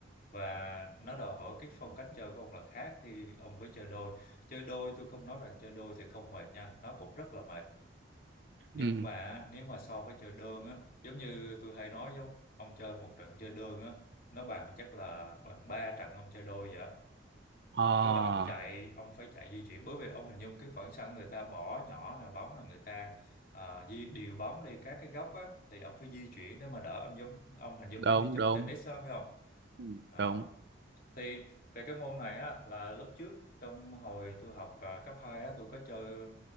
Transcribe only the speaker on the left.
và nó đòi hỏi cái phong cách chơi của ông là khác khi ông với chơi đôi chơi đôi tôi không nói rằng chơi đôi thì không mệt nha nó cũng rất là mệt nhưng
mà nếu mà so với chơi đơn á giống như tôi hay nói giống ông chơi một trận chơi đơn á nó bằng chắc là bằng ba trận ông chơi đôi vậy
tức là ông chạy ông phải chạy di chuyển bởi vì ông hình dung cái khoảng sân người ta bỏ nhỏ là bóng là người ta ờ, di điều bóng đi các cái góc á thì ông phải di chuyển để mà đỡ ông giống ông hình dung
giống như trong
tennis đó phải không
đó
thì về cái môn này á là lúc trước trong hồi tôi học ờ, cấp 2 á tôi có chơi